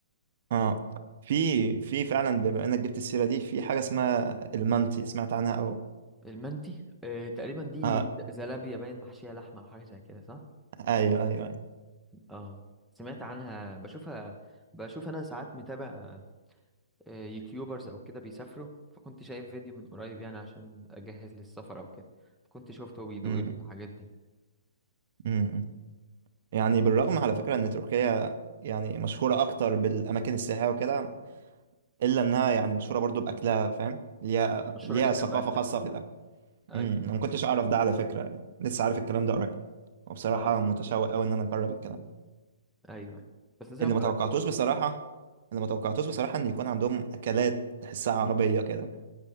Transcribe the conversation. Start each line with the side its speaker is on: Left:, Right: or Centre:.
Right: اه في في فعلا بما انك جبت السيره دي في حاجه اسمها المنتي سمعت عنها او
Centre: المنتي آه تقريبا دي
Right: اه
Centre: زلابيا باين محشيه لحمه او حاجه زي كده صح
Right: ايوه ايوه ايوه
Centre: اه سمعت عنها بشوفها بشوف انا ساعات متابع آه، يوتيوبرز او كده بيسافروا فكنت شايف فيديو من قريب يعني عشان اجهز للسفر او كده فكنت شفته بيدوق
Right: امم
Centre: الحاجات دي
Right: امم يعني بالرغم على فكره ان تركيا يعني مشهوره اكتر بالاماكن السياحيه وكده الا انها يعني مشهوره برضو باكلها فاهم ليها
Centre: مشهوره
Right: ليها
Centre: جدا
Right: ثقافه
Centre: باكلها
Right: خاصه في الاكل
Centre: ايوه
Right: امم انا ما كنتش اعرف ده على فكره يعني. لسه عارف الكلام ده قريب وبصراحه
Centre: اه
Right: متشوق قوي ان انا اجرب الكلام
Centre: ايوه بس زي
Right: اللي
Centre: ما بقولك
Right: ما توقعتوش
Centre: هو
Right: بصراحه اللي ما توقعتوش بصراحه ان يكون عندهم اكلات تحسها عربيه كده